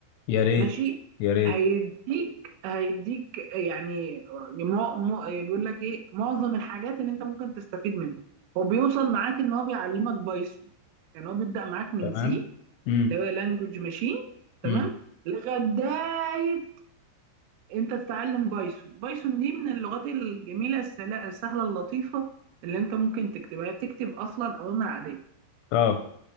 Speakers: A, on the left; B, on the right.
A: يا ريت
B: ماشي
A: يا ريت
B: هيديك هيديك يعني مو مو بيقول لك ايه معظم الحاجات اللي انت ممكن تستفيد منها هو بيوصل معاك ان هو بيعلمك بايثون يعني هو بيبدأ معاك من
A: تمام
B: سي
A: امم
B: اللي هو لانجوج ماشين تمام
A: امم
B: لغايه انت تتعلم بايثون بايثون دي من اللغات الجميله السلا- السهله اللطيفه اللي انت ممكن تكتبها هي بتكتب اصلا اوامر عاديه
A: اه